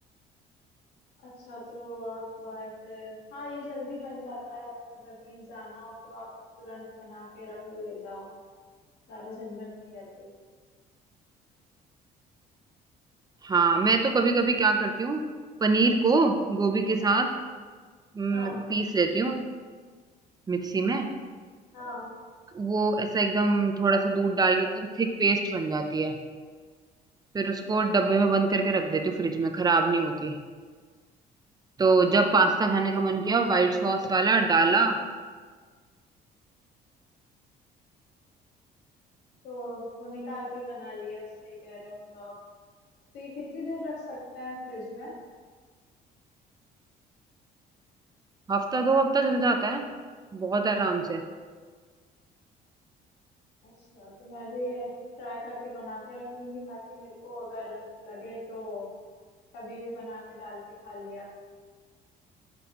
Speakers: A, on the left (about 85°); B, on the right (about 25°).
A: अच्छा तो आप अ, ऐसे हाँ ये जल्दी बन जाता है अगर कहीं जाना हो तो आप तुरंत बना के रख लो ले जाओ ज्यादा झंझट नहीं रहती
B: हाँ मैं तो कभी कभी क्या करती हूँ पनीर को गोभी के साथ हम्म,
A: हाँ
B: पीस लेती हूँ मिक्सी में
A: अ- हाँ
B: वो ऐसा एकदम थोड़ा सा दूध डाल के एकदम थिक पेस्ट बन जाती है फिर उसको डब्बे में बंद करके रख देती हूँ फ्रिज में खराब नहीं होती तो
A: अच्छा तो
B: जब
A: ये
B: पास्ता
A: कित-
B: खाने का मन किया व्हाइट सॉस वाला डाला
A: तो वो निकाल के बना लिया सही कह रहे हो तो आप तो ये कितनी देर रख सकते हैं फ्रिज में
B: हफ्ता दो हफ्ता चल जाता है बहुत आराम से
A: अच्छा तो मैं भी ट्राई करके बना के रख लूंगी ताकि मेरे को अगर लगे तो कभी भी बना के डाल के खा लिया